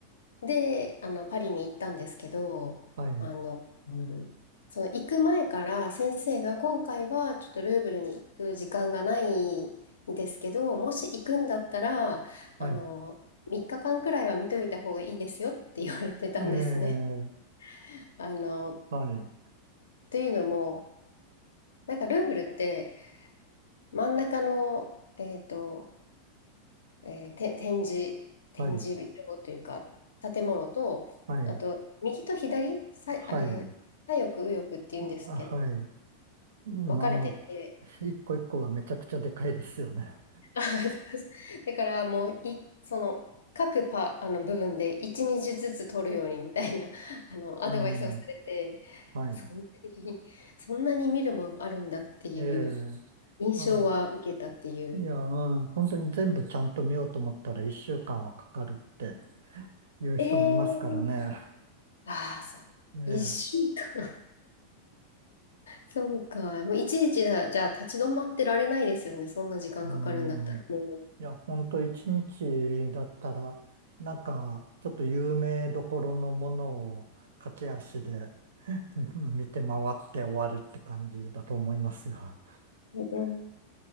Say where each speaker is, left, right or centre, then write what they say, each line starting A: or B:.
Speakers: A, on the left; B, on the right.
A: で、あの、パリに行ったんですけど、
B: はい、
A: あの、うんその行く前から先生が今回はちょっとルーブルに行く時間がないんですけど、もし行くんだったら、
B: はい。
A: あの、3日間くらいは見といた方がいいですよって言われてたんですね。
B: えー、
A: <laughs> あの、
B: はい、
A: というのも、なんかルーブルって真ん中の、えっと、えーて、展示、展示場というか、
B: はい、
A: 建物と、
B: はい、
A: あと、右と左、さい、
B: はい、
A: あれ、左翼、右翼っていうんですけど、
B: あはい。うん、
A: 分かれてて、
B: あの、一個一個がめちゃくちゃでかいですよね。
A: <laughs> あだからもうい、その、各パ、あの部分で1日ずつ取るようにみたいな、<laughs> あの、アドバイスをされて、
B: うん。はい。
A: そんなに、そんなに見るもんあるんだっていう
B: ええ
A: 印象は受けたっていう。
B: あ、いや、うん、本当に全部ちゃんと見ようと思ったら一週間はかかるっていう人もいますからね。
A: えー、ああ、そう。
B: ええ
A: 一週間。そうか。もういちいちだ、じゃあ立ち止まってられないですよね。そんな時間かかるんだったら。
B: うん。い
A: も
B: や、本当一日だったら、なんか、ちょっと有名どころのものを駆け足でうん見て回って終わるって感じだと思いますよ。
A: う。うん